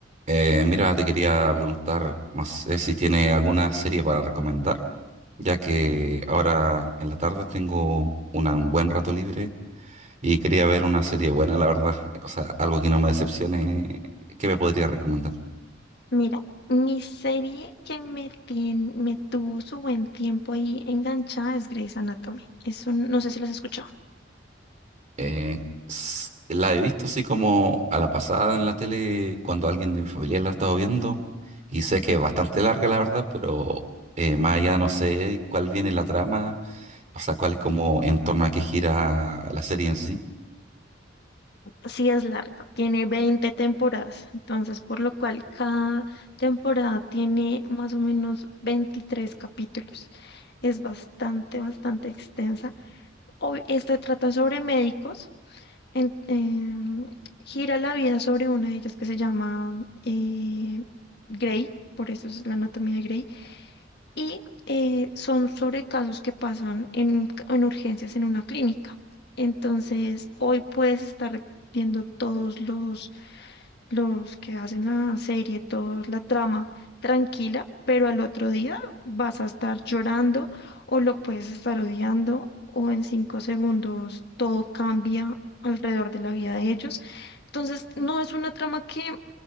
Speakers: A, on the right; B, on the left.
A: Eh, mira, te quería preguntar, no sé si tiene alguna serie para recomendar, ya que ahora en la tarde tengo una- un buen rato libre y quería ver una serie buena, la verdad. <laughs> O sea, algo que no me decepcione, ¿qué me podría recomendar?
B: Mira, mi serie que me, tien- me tuvo su buen tiempo ahí enganchada es Grey's Anatomy. Es un, no sé si las has escuchado.
A: Eh, s- la he visto así como a la pasada en la tele cuando alguien de mi familia la ha estado viendo y sé que es bastante larga, la verdad, pero eh, más allá no sé cuál viene la trama, o sea, cuál es como en torno a qué gira la serie en sí.
B: Sí es larga, tiene 20 temporadas, entonces por lo cual cada temporada tiene más o menos 23 capítulos. Es bastante, bastante extensa. Ob- Esta trata sobre médicos. en- em, gira la vida sobre una de ellas que se llama eh, Grey, por eso es la anatomía de Grey, y eh, son sobre casos que pasan en, en urgencias en una clínica. Entonces, hoy puedes estar viendo todos los los que hacen la serie, toda la trama tranquila, pero al otro día vas a estar llorando o lo puedes estar odiando o en cinco segundos todo cambia alrededor de la vida de ellos. Entonces, no es una trama que,